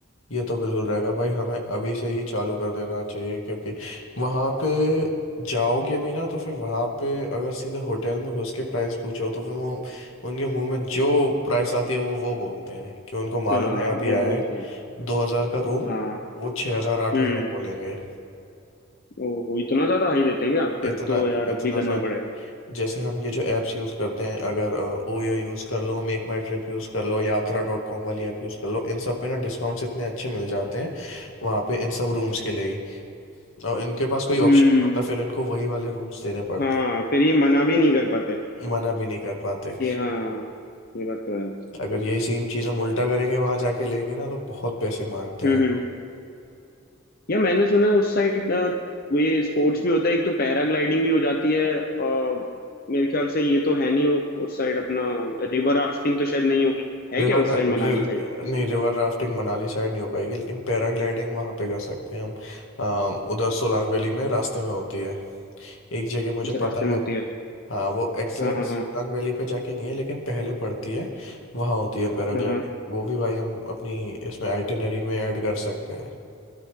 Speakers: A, on the left (about 80°); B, on the left (about 45°).
A: ये तो बिल्कुल रहेगा भाई हमें अभी से ही चालू कर देना चाहिए क्योंकि वहां पे जाओगे भी ना तो फिर वहां पे अगर सीधे होटल में घुस के प्राइस पूछो तो फिर वो उनके मुंह में जो प्राइस आती है वो वो बोलते हैं कि उनको मालूम
B: हाँ
A: है अभी
B: वो
A: आया
B: बोलते
A: है
B: हैं
A: दो हजार का रूम
B: हाँ
A: वो छः हजार आठ
B: हम्म
A: हजार बोलेंगे
B: ओहो इतना ज्यादा हाई देते हैं क्या फिर
A: इतना
B: तो यार
A: इतना
B: अब भी करना
A: ज्यादा
B: पड़ेगा
A: जैसे हम ये जो ऐप्स यूज़ करते हैं अगर ओयो यूज़ कर लो मेक माई ट्रिप यूज़ कर लो यात्रा डॉट कॉम वाली ऐप यूज़ कर लो इन सब पे ना डिस्काउंट्स इतने अच्छे मिल जाते हैं वहाँ पे इन सब रूम्स के लिए ही और इनके पास कोई
B: हम्म
A: ऑप्शन नहीं होता फिर इनको वही वाले रूम्स देने पड़ते
B: हाँ फिर ये मना भी नहीं कर पाते
A: हैं मना भी नहीं कर पाते
B: ये हाँ ये बात तो है
A: अगर यही सेम चीज़ हम उल्टा करेंगे वहाँ जाके लेंगे ना तो बहुत पैसे मांगते
B: हम्म
A: हैं
B: हम्म या मैंने सुना है उस साइड अ, वो ये स्पोर्ट्स भी होता है एक तो पैराग्लाइडिंग भी हो जाती है आ, मेरे ख्याल से ये तो है नहीं उ- उस साइड अपना रिवर राफ्टिंग तो शायद नहीं होगी है
A: रिवर
B: क्या उस साइड मनाली
A: रिर,
B: साइड
A: नहीं रिवर राफ्टिंग मनाली साइड नहीं हो पाएगी लेकिन पैराग्लाइडिंग वहाँ पे कर सकते हैं हम अम, उधर सोलांग वैली में रास्ते में होती है एक जगह मुझे
B: कुछ रास्ते
A: पता
B: में
A: है
B: होती है
A: हाँ वो एग्जैक्ट
B: हाँ हाँ
A: सोलांग
B: हाँ
A: वैली पे जाके नहीं है लेकिन पहले पड़ती है वहाँ होती है पैराग्लाइडिंग
B: हाँ हाँ
A: वो भी भाई हम अपनी इसमें आइटिनरी में ऐड कर सकते हैं